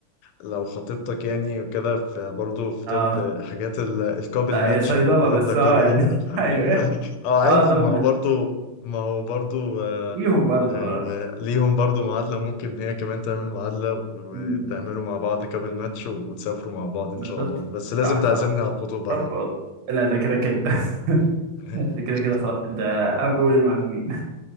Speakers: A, on the left; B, on the right.
A: لو خطيبتك يعني وكده في برضه في طب
B: اه
A: حاجات ال- الكابل
B: لا
A: ماتش
B: هي صيدلة
A: والكلام
B: بس
A: ده كله
B: اه يعني <laughs> ايوه
A: <laughs> اه
B: اه
A: عادي
B: ده بالنسبة
A: ما هو برضه ما هو برضه آه
B: ليهم برضه
A: آه
B: اه
A: ليهم برضه معادلة ممكن هي كمان تعمل معادلة وتعملوا
B: مم.
A: مع بعض كابل ماتش وتسافروا مع بعض إن
B: بالظبط
A: شاء الله بس لازم
B: صح
A: تعزمني
B: صح
A: على الخطوبة
B: طب
A: بقى
B: والله لا ده كده كده <laughs>
A: <laughs>
B: ده كده كده خلاص انت اول المعزومين